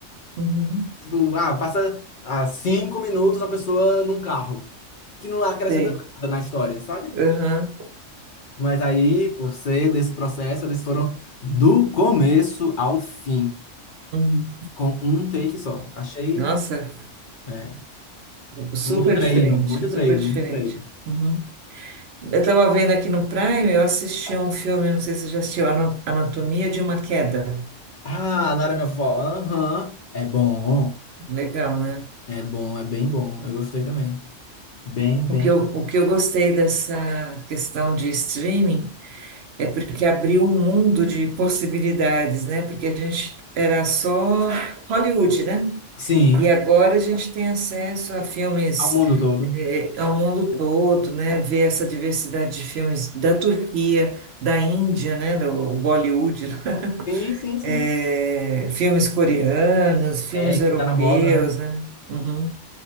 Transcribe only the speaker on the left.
Tipo, ah, passa ah, cinco minutos uma pessoa num carro, que não acrescenta
nada na história, sabe?
Mas aí, por ser desse processo, eles foram do começo ao fim,
com um take só. Achei,
é,
muito treino,
muito
treino,
muito treino.
Ah, Nara minha vovó. Aham. É bom.
É bom, é bem bom. Eu gostei também. Bem, bem.
Sim.
Ao mundo todo.
Sim, sim, sim.
É, que
tá na moda, né?